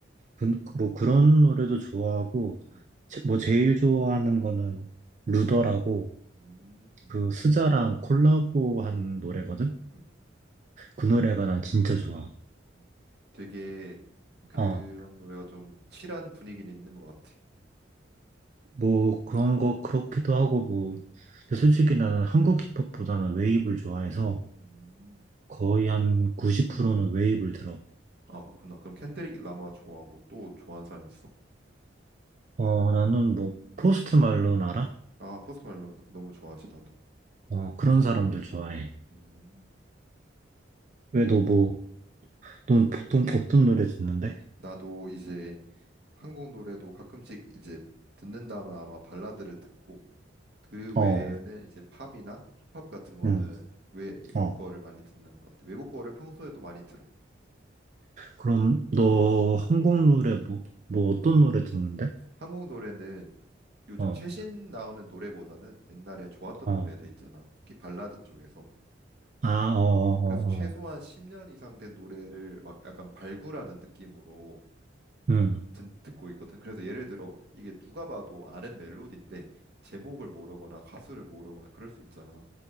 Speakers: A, on the right (about 40°); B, on the right (about 60°).
A: 그- 뭐 그런 노래도 좋아하고,
B: 음,
A: 제- 뭐 제일 좋아하는 거는 루더라고,
B: 음,
A: 그 스자랑 콜라보한 노래거든?
B: 음.
A: 그 노래가 난 진짜 좋아.
B: 음. 되게 그런
A: 어.
B: 노래가 좀 칠한 분위기는 있는 것 같아.
A: 뭐 그런 거 그렇기도 하고 뭐
B: 음,
A: 근데 솔직히 나는 한국 힙합보다는 웨이브를
B: 음,
A: 좋아해서
B: 음.
A: 거의 한 90%는 웨이브를 들어.
B: 아 그렇구나. 그럼 캔드릭 라마 좋아하고 또 좋아하는 사람 있어?
A: 어 나는 뭐 포스트 말론 알아?
B: 아 포스트 말론 너무 좋아하지 나도.
A: 어 그런 사람들 좋아해.
B: 음.
A: 왜 너 뭐 넌 보통 어떤 노래 듣는데?
B: 나도 이제 한국 노래도 가끔씩 이제 듣는다면 아마 발라드를 듣고 그
A: 어,
B: 외에는 이제 팝이나 힙합 같은 거는
A: 응,
B: 외국
A: 어.
B: 거를 많이 듣는 것 같아. 외국 거를 평소에도 많이 들어.
A: 그럼 너 한국 노래 뭐 뭐 어떤 노래 듣는데?
B: 한국 노래는 요즘
A: 어,
B: 최신 나오는 노래보다는 옛날에 좋았던
A: 어,
B: 노래들 있잖아. 특히 발라드 쪽에서.
A: 아, 어, 어, 어,
B: 어, 그래서 최소한
A: 어.
B: 10년 이상 된 노래를 막 약간 발굴하는 느낌으로
A: 음.
B: 듣, 듣고 있거든. 그래서 예를 들어 이게 누가 봐도 아는 멜로디인데 제목을 모르거나 가수를 모르거나 그럴 수 있잖아.